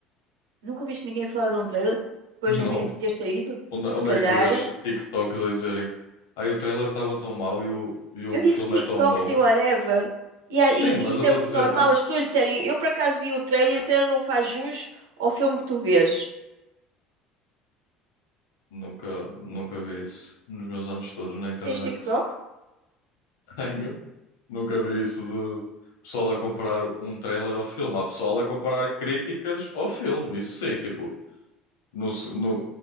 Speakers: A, on the right; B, on the left.
A: Nunca viste ninguém falar de um trailer depois
B: <laughs>
A: de um
B: Não.
A: vídeo ter saído?
B: Onde,
A: Se
B: onde
A: calhar.
B: é que tu vês TikToks a dizerem ai o trailer estava tão mau e o, e o
A: Eu disse
B: filme
A: TikTok,
B: é tão bom?
A: sei whatever. E, é-
B: Sim,
A: e-
B: mas
A: e isso
B: eu estou
A: é muito
B: a dizer,
A: normal.
B: eu
A: As pessoas disserem, eu por acaso vi o trailer e o trailer não faz jus ao filme que tu vês.
B: nunca, nunca vi isso nos meus anos todos na internet.
A: Tens TikTok?
B: <laughs> Tenho, nunca vi
A: Hum.
B: isso de pessoal a comparar um trailer ao filme. Há pessoal a comparar críticas ao filme, isso sim, tipo, no, se- no-